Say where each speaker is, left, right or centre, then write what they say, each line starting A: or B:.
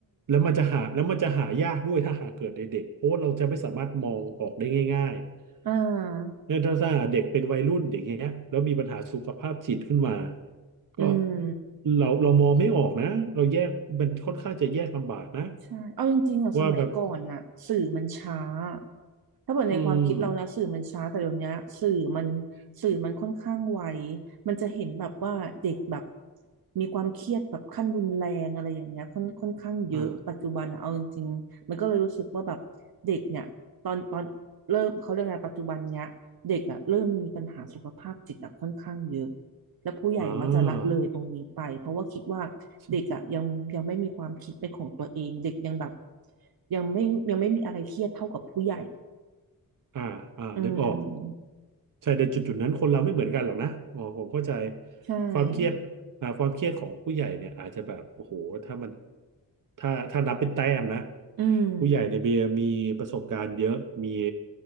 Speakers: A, on the right; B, on the right.
A: แล้วมันจะหาแล้วมันจะหายากด้วยถ้าหากเกิดในเด็กเพราะว่าเราจะไม่สามารถมองออกได้ง่าย
B: อ่า
A: ๆเนี่ยถ้าถ้าาเด็กเป็นวัยรุ่นอย่างเงี้ยแล้วมีปัญหาสุขภาพจิตขึ้นมาก็
B: อืม
A: เราเรามองไม่ออกนะเราแยกมันค่อนข้างจะแยกลำบากนะ
B: ใช่เอาจริงๆอ่ะสมัยก่อนน่ะสื่อมันช้า
A: ว่าแบบ
B: ถ้าเกิดในความคิดเรานะสื่อมันช้าแต่เดี๋ยวนี้สื่อมัน
A: อืม
B: สื่อมันค่อนข้างไวมันจะเห็นแบบว่าเด็กแบบมีความเครียดแบบขั้นรุนแรงอะไรอย่างเงี้ยค่อนค่อนข้างเยอะปัจจุบันอะเอาจริงๆมันก็เลยรู้สึกว่าแบบเด็กเนี่ยตอนตอนเริ่มเขาเรียกไงปัจจุบันเนี้ยเด็กอ่ะเริ่มมีปัญหาสุขภาพจิตอะค่อนข้างเยอะ
A: อ่า
B: และผู้ใหญ่มักจะละเลยตรงนี้ไปเพราะว่าคิดว่า
A: อ่าใช่
B: เด็กอ่ะยังยังไม่มีความคิดเป็นของตัวเองเด็กยังแบบยังไม่ยังไม่มีอะไรเครียดเท่ากับผู้ใหญ่
A: อ่าอ่านึกออก
B: อืม
A: ใช่แต่จุดจุดนั้นคนเราไม่เหมือนกันหรอกนะอ๋อผมเข้าใจ
B: ใช่
A: ความเครียดอ่าความเครียดของผู้ใหญ่เนี่ยอาจจะแบบโอ้โหถ้ามันถ้าถ้านับเป็นแต้มนะ
B: อืม
A: ผู้ใหญ่ในเบียร์มีประสบการณ์เยอะมี